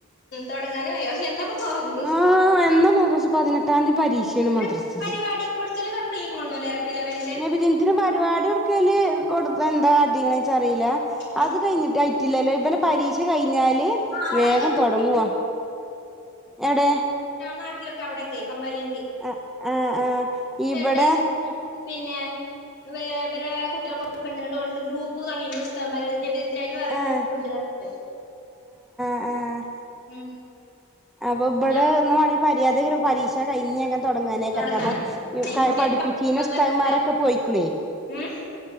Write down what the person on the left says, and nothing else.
ഉം തൊടങ്ങാനായോ എന്നപ്പോ തോറന്നു
അ
പരിപാടി കൊടുക്കലും തൊടങ്ങിക്കുണുല്ലേ അറബില വെ
ആഹ്
അവിടൊക്കെ
തൊട
നാട്ടിലൊക്കെ അവിടൊക്കെ കമ്പലി
ണ്ട് പിന്നെ വേ വേരെ കുട്ടികൾകൊക്കെ ഉണ്ടുട്ടോ ഗ്രൂപ്പ് കളി ഉസ്തന്മാരെ നബി ഇത്രായിട്ട് വേറെ
ഗ്രൂപ്പ്‌ണ്ട് ഞ്ഞിട്ട്
ഉം
ഞാൻ
തുടങ്ങാൻ
കുട്ടികളെ
ഉം